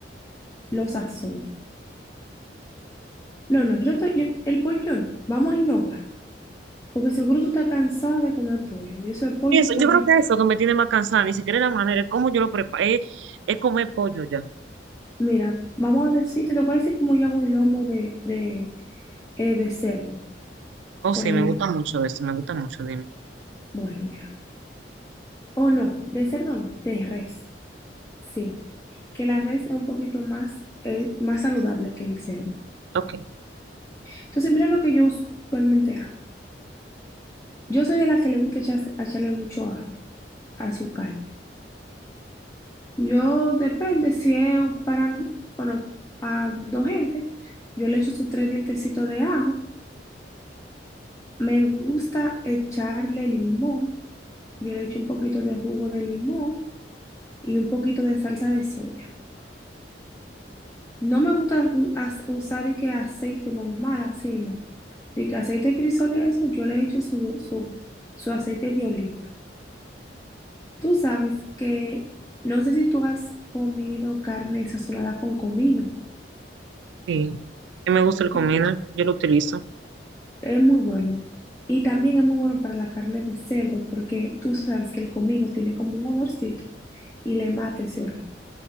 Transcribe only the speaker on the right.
Y eso,
yo creo
que eso que me tiene más cansada, ni siquiera es la manera, es cómo yo lo preparo, es, es comer pollo ya.
Oh,
sí,
me gusta mucho eso, me gusta mucho, dime.
Ok,
sí. Y me gusta el comino,
yo lo utilizo.